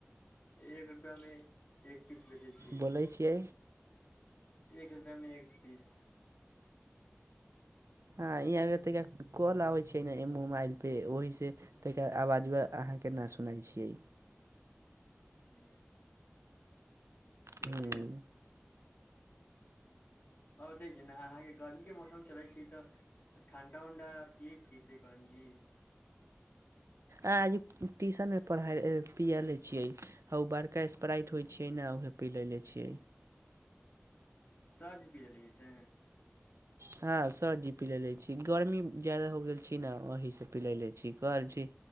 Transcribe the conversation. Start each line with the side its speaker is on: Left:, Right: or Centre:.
Left: एक रुपआमे एक पीस बेचै छीय
Right: बोलै
Left: हम।
Right: छियै
Left: एक रुपया में एक पीस।
Right: हँ, ईहा गत्ते ग कॉल आबै छियै ने मोबाइल पे, ओहीसँ ता आवाज अहाँके नहि सुनै छियै।
Left: ह्म चलईयई
Right: हूँ
Left: आबतऽ छै ने अहाँके गर्मी के मौसम चलै छै तऽ ठण्डा उण्डा पियै छियै सिकंजी।
Right: आ आज ट्यूशनमे पढ़ाइ पियए लै छियै ह ओ बड़का स्प्राइट होइ छियै ने उह पी लै ले छियै।
Left: सझ पी रहली से
Right: हँ, सरजी पिलै लै छी गर्मी ज्यादा हो गेल छी ने ओहीसँ पिलै लैत छी कहल छी